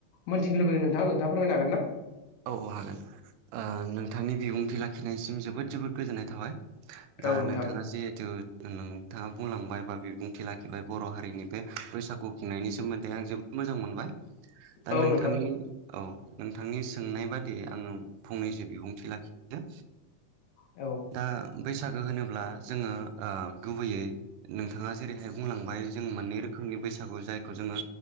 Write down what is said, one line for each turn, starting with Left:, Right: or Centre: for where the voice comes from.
Left: मोनथिनो लुबैगोन नोंथां नोंथाङा फोरमायनो हागोन ना?
Right: औ औ हागोन ओ नोंथांनि बिबुंथि लाखिनायसिम जोबोद जोबोद गोजोननाय थाबाय।
Left: औ
Right: दा
Left: नोंथां
Right: नोंथाङा जिहेथु नोंथाङा बुंलांबाय बा बिबुंथि लाखिबाय बर' हारिनि बे बैसागु खुंनायनि सोमोन्दै आं जेबोद मोजां मोनबाय दा
Left: औ
Right: नोंथांनि
Left: नोंथां
Right: औ नोंथांनि सोंनाय बादियै आङो फंनैसो बिबुंथि लाखिनो
Left: औ
Right: दा बैसागो होनोब्ला जोङो ओ गुबैयै नोंथाङा जेरैहाय बुंलांबाय जों मोननै रोखोमनि बैसागु जायखौ जोङो